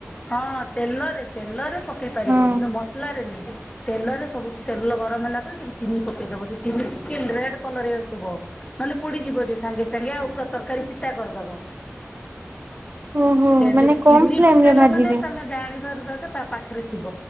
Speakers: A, on the left (about 20°); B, on the right (about 40°).
A: ହଁ ତେଲରେ ତେଲରେ ପକେଇ ପାରିବ
B: ହଁ
A: କିନ୍ତୁ ମସଲାରେ ନୁହେଁ। ତେଲରେ ସବୁଠି ତେଲ ଗରମ ହେଲା ପରେ ଟିକେ ଚିନି ପକେଇଦବ। ସେ ଚିନି ଟିକେ ରେଡ କଲର ହେଇ ଆସୁଥିବ। ନ ହେଲେ ପୋଡିଯିବ ଯେ ସାଙ୍ଗେ ସାଙ୍ଗେ ଆଉ ପୁରା ତରକାରୀ ପିତ୍ ତା କରିଦବ।
B: ଓହୋ
A: ଯେ
B: ମାନେ
A: ଯଦି
B: କମ
A: ଚିନି
B: ଫ୍ଲେମ
A: ପ ପକେଇଲ
B: ରେ ଭାଜିବେ
A: ମାନେ ତମେ ଜାଣିବାର ଦରକାର ତା ପାଖରେ ଥିବ।